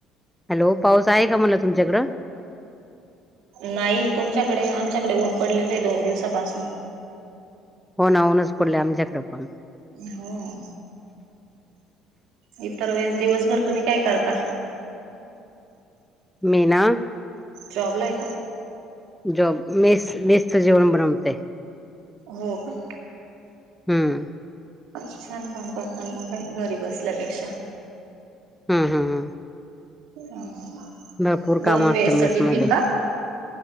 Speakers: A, in the centre; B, on the right (about 80°).
A: हॅलो. पाऊस आहे का मला तुमच्याकडं.
B: नाही तुमच्याकडे, आमच्याकडे, ऊन पडलेलं आहे. दोन दिवसापासून.
A: हो ना हो ऊनच पडलय. आमच्याकडे पण.
B: हो. इतर वेळेस दिवसभर तुम्ही काय करता?
A: मी, ना.
B: जॉबला आहे का?
A: जोब मेस. मेसच जेवन बनवते.
B: हो का.
A: हम्म.
B: छान काम करताना मग काही घरी बसल्यापेक्षा.
A: हम्म हम्म हम्म
B: ह.
A: भरपूर काम
B: दोन
A: असतं
B: वेळचे
A: मेस
B: टिफिन
A: मध्ये
B: का?